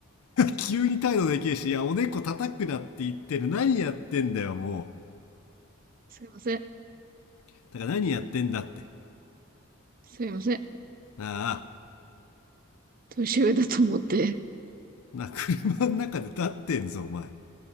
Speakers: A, on the left; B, on the right.
A: 急に態度できるし、いや、おでこ叩くなって言ってる。何やってんだよ、も
B: すいません。
A: う。だから何やってんだって。
B: すいません。
A: なあ、
B: 年上だと思って。
A: なあ、車の中で立ってんぞ、お前。い